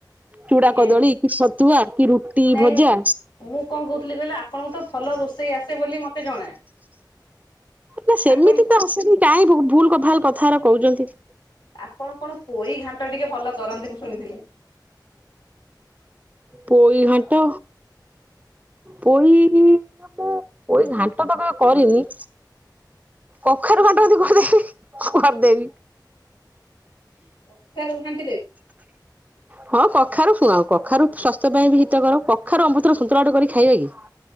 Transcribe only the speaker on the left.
ଆଜ୍ଞା
ନାଇଁ
ମୁଁ କଣ କହୁଥିଲି କହିଲେ ଆପଣଙ୍କୁ ତ ଭଲ ରୋଷେଇ ଆସେ ବୋଲି ମତେ ଜଣା।
ଆପଣ
ଆପଣ କଣ ପୋଇ ଘାଣ୍ଟ ଟିକେ ଭଲ କରନ୍ତି ମୁଁ ଶୁଣିଥିଲି।
କଖାରୁ ଘା